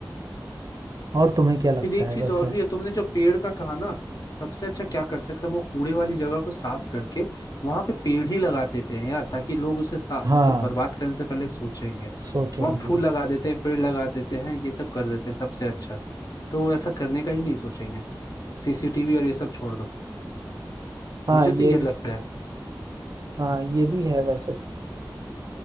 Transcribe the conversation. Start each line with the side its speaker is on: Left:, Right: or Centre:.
Right: और तुम्हें क्या लगता
Left: फिर एक
Right: है
Left: चीज
Right: वैसे
Left: और भी है तुमने जो पेड़ का कहा ना सबसे अच्छा क्या कर सकते हैं वो कूड़े वाली जगह को साफ करके वहां पे पेड़ ही लगा देते हैं यार ताकि लोग उसे सा-
Right: हाँ
Left: मतलब बर्बाद करने से पहले सोचेंगे
Right: सोचेंगे
Left: वहां फूल लगा देते हैं पेड़ लगा देते हैं ये सब कर देते हैं सबसे अच्छा तो वो ऐसा करने का ही नहीं सोचेंगे सीसीटीवी और ये सब छोड़ दो
Right: हाँ
Left: मुझे तो
Right: ये
Left: ये
Right: भी
Left: लगता है
Right: हाँ ये भी है वैसे